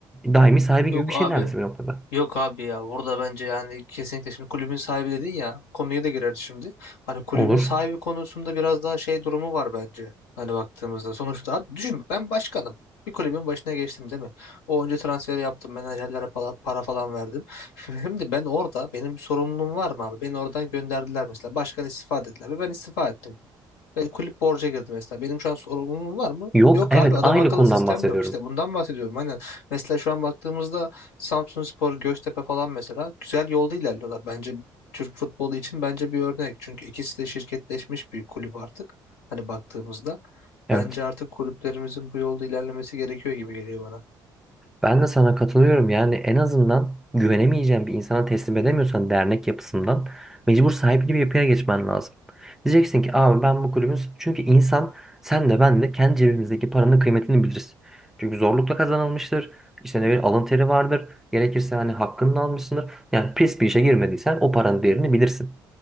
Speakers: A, in the centre; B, on the left.
A: daimi sahibi
B: Yok
A: gibi bir şey
B: abi.
A: neredeyse bir noktada.
B: Yok abi ya. Burada bence yani kesinlikle şimdi kulübün sahibi dedin ya. bu Konuya da girerdi şimdi. Hani kulübün
A: Olur.
B: sahibi konusunda biraz daha şey durumu var bence. Hani baktığımızda sonuçta abi düşün ben başkanım. Bir kulübün başına geçtim değil mi? O önce transferi yaptım. Menajerlere para, para falan verdim. <laughs> Şimdi ben orada benim bir sorumluluğum var mı abi? Beni oradan gönderdiler mesela. Başkan istifa dediler ve ben istifa ettim. Ve kulüp borca girdi mesela. Benim şu an sorumluluğum var mı?
A: Yok
B: Yok
A: evet
B: abi adam
A: aynı
B: akıllı
A: konudan
B: sistem
A: bahsediyorum.
B: yok. İşte bundan bahsediyorum. Hani mesela şu an baktığımızda Samsunspor, Göztepe falan mesela güzel yolda ilerliyorlar. Bence Türk futbolu için bence bir örnek. Çünkü ikisi de şirketleşmiş bir kulüp artık. Hani baktığımızda.
A: Evet.
B: Bence artık kulüplerimizin bu yolda ilerlemesi gerekiyor gibi geliyor bana.
A: Ben de sana katılıyorum. Yani en azından güvenemeyeceğin bir insana teslim edemiyorsan dernek yapısından mecbur sahipli bir yapıya geçmen lazım. Diyeceksin ki abi ben bu kulübün çünkü insan sen de ben de kendi cebimizdeki paranın kıymetini biliriz. Çünkü zorlukla kazanılmıştır. İşte ne bileyim alın teri vardır. Gerekirse hani hakkını da almışsındır. Yani pis bir işe girmediysen o paranın değerini bilirsin.